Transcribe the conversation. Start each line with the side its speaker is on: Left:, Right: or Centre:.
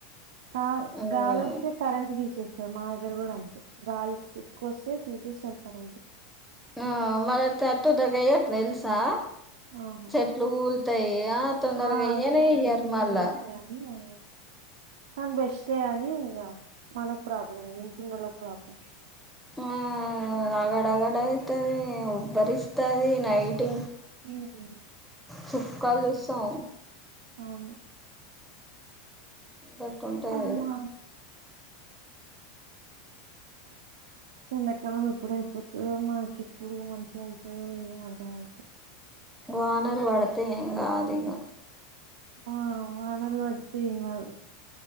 Right: కాద్
Centre: హ్మ్
Right: గాలి వచ్చి కరెంట్ దీస్. తీస్తారు మా దగ్గర గూడ అంతే గాలిస్ ఎక్కువొస్తే తీసేసారు కరెంటు.
Centre: ఆ మరి తట్టు దగయ లేల్సా
Right: ఆహా
Centre: చెట్లు కూల్తాయ తొందరగ
Right: ఆ,
Centre: ఏయ్యనే
Right: అదే
Centre: ఏయ్యరు
Right: అదన్నీ
Centre: మళ్ళా.
Right: ఊరికే అని ఆ, కానీ బెస్టే అని ఇగ మనకి ప్రాబ్లం నుంచునోళ్ళకి ప్రాబ్లం.
Centre: ఆ ఆగడగడ అయితది ఉబ్బరిస్తది నైటు
Right: నయందేన
Centre: చుక్కలు చూస్తావ్
Right: అవును.
Centre: గట్ట ఉంటాయ్
Right: అమ్మా
Centre: అవి <inaudible>
Right: ఎండకాలం ఎప్పుడు అయిపోతదో మాకెప్పుడ మంచిగ అయితదో ఏం అర్థం అయితలే.
Centre: వానల్ వడతే ఎం గాదు ఇగ
Right: ఆ వానలు వత్తిమంద్